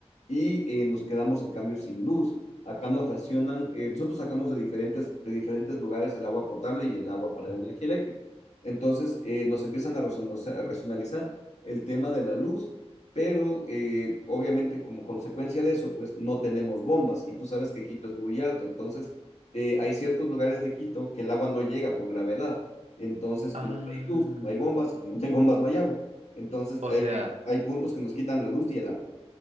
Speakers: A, on the left; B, on the right.
A: y eh, nos quedamos en cambio sin luz. Acá nos racionan, eh, nosotros sacamos de diferentes, de diferentes lugares el agua potable y el agua para la energía eléctrica. Entonces eh, nos empiezan a racionalizar el tema de la luz, pero eh, obviamente como consecuencia de eso, pues no tenemos bombas y tú sabes que Quito es muy alto, entonces eh, hay ciertos lugares de Quito que el agua no llega por gravedad, entonces
B: Ah,
A: como no hay luz, no hay bombas y como no hay bombas, no hay agua. Entonces
B: o
A: eh,
B: sea,
A: hay puntos que nos quitan la luz y el agua.